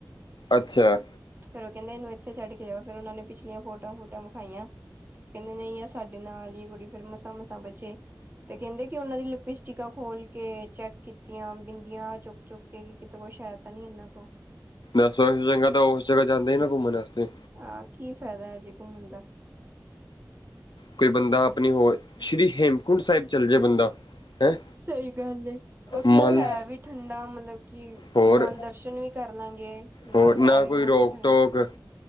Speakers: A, on the left (about 75°); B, on the right (about 30°).
A: ਅੱਛਾ,
B: ਫੇਰ ਕਹਿੰਦੇ ਇਥੇੱ ਛੱਡ ਕੇ ਜਾੳ ਫਿਰ ਨਾ ਉਨਾ ਨੇ ਪਿਛਲੀਆਂ ਫੋਟੋ ਫੁਟਾਂ ਆ ਵਿਖਾਈਆਂ। ਕਹਿੰਦੇ ਨੀ ਐ ਸਾਡੇ ਨਾਲ ਈ ਕੁੜੀ ਫੇਰ ਮਸਾਂ ਮਸਾਂ ਬਚੇ ਤੇ ਕਹਿੰਦੇ ਕਿ ਉਹਨਾਂ ਦੀ ਲਿਪਸਟਿਕਾਂ ਖੋਲ ਕੇ ਚੈੱਕ ਕੀਤੀਆਂ ਬਿੰਦੀਆਂ ਚੁੱਕ ਚੁੱਕ ਕੇ ਕਿਤੇ ਕੁ ਸ਼ਾਇਦ ਤਈ <unintelligible>
A: ਇਸ ਤੋ ਚੰਗਾ ਤਾਂ ਉਸ ਜਗ੍ਹਾ ਜਾਂਦਾ ਈ ਨਾ ਘੁੰਮਣ ਵਾਸਤੇ
B: ਆਾਂ ਕੀ ਫ਼ਾਇਦਾ ਹਜੇ ਘੁੰਮਣ ਦਾ,
A: ਕੋਈ ਬੰਦਾ ਆਪਣੀ ਹੋਰ ਸ਼੍ਰੀ ਹੇਮਕੁੰਟ ਸਾਹਿਬ ਚੱਲ ਜੇ ਬੰਦਾ। ਹੈਂ
B: ਸਹੀ ਗੱਲ ਐ ਉੱਥੇ
A: ਮਨ
B: ਤਾਂ ਹੈ ਵੀ ਠੰਡਾ ਮਤਲਬ ਕਿ
A: ਹੋਰ
B: ਨਾਲ ਦਰਸ਼ਨ ਵੀ ਕਰ ਲਾਂਗੇ ਨਾਲ
A: ਹੋਰ ਨਾ
B: ਹੈ
A: ਕੋਈ
B: ਵੀ ਮੌਸਮ
A: ਰੋਕ
B: ਠੰਡਾ
A: ਟੋਕ